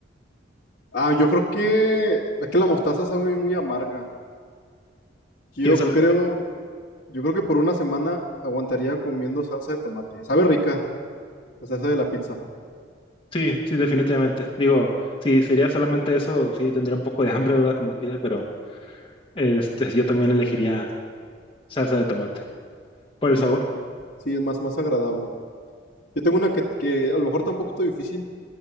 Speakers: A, on the left; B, on the left.
A: Ah, yo creo que es que la mostaza sabe muy amarga. Yo
B: Piénsalo.
A: creo, yo creo que por una semana aguantaría comiendo salsa de tomate. Sabe rica, la salsa de la pizza.
B: Sí, sí, definitivamente. Digo, si sería solamente eso, sí tendría un poco de hambre, ¿verdad? Como quiera, pero... Este, yo también elegiría salsa de tomate por el
A: Sí,
B: sabor.
A: yo creo que sí, es más, más agradable. Yo tengo una que, que a lo mejor está un poquito difícil,